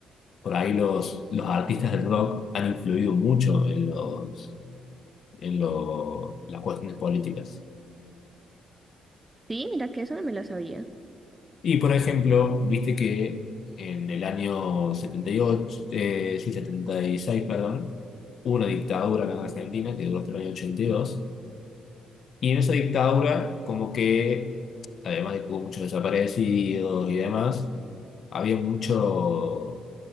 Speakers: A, on the left; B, on the right.
A: Por ahí los, los artistas del rock han influido mucho en los, en lo- las cuestiones políticas.
B: sí, mira que eso no me lo sabía.
A: Y por ejemplo, viste que en el año 78, eh, sí, setenta y seis perdón, hubo una dictadura acá en Argentina que duró hasta el año 82. Y dos. Y en esa dictadura, como que, además de que hubo muchos desaparecidos y demás, había mucho,